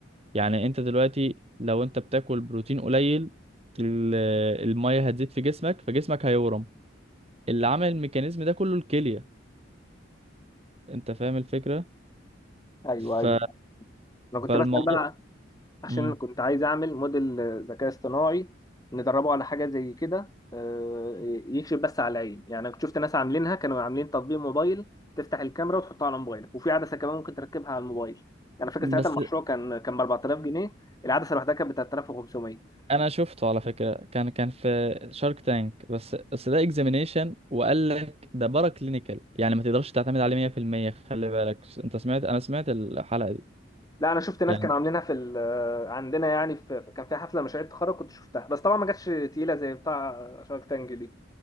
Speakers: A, on the right; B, on the left.
A: يعني انت دلوقتي لو انت بتاكل بروتين قليل ال- المية هتزيد في جسمك فجسمك هيورم اللي عمل الميكانيزم ده كله الكلية انت فاهم الفكرة
B: ايوه ايوه
A: ف...
B: انا كنت
A: فالموضوع
B: بسال بقى عشان
A: مم.
B: كنت عايز اعمل موديل آه، ذكاء اصطناعي ندربه على حاجه زي كده آه، يكشف بس على العين يعني أنا كنت شفت ناس عاملينها كانوا عاملين تطبيق موبايل تفتح الكاميرا وتحطها على موبايلك وفي عدسه كمان ممكن تركبها على الموبايل يعني انا فاكر
A: بس
B: ساعتها المشروع كان كان ب 4000 جنيه العدسه لوحدها كانت ب 3500
A: انا شفته على فكرة كان كان في شارك تانك بس بس ده اكزامينيشن وقال لك ده بارا كلينيكال يعني ما تقدرش تعتمد عليه 100% خلي بالك انت سمعت انا سمعت الحلقة دي
B: لا انا شفت ناس
A: يعني
B: كانوا عاملينها في ال- آه، عندنا يعني في في- كان في حفله مشاريع تخرج كنت شفتها بس طبعا ما جاتش تقيله زي بتاع شارك تانج دي